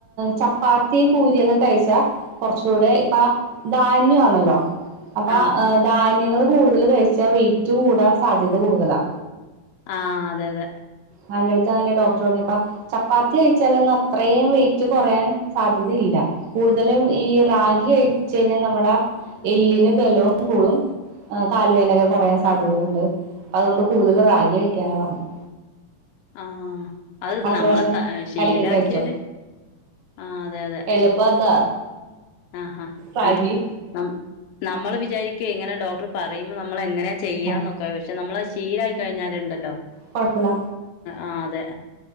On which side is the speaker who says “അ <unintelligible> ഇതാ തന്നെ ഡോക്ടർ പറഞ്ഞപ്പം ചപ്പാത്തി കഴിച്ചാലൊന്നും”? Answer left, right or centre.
Right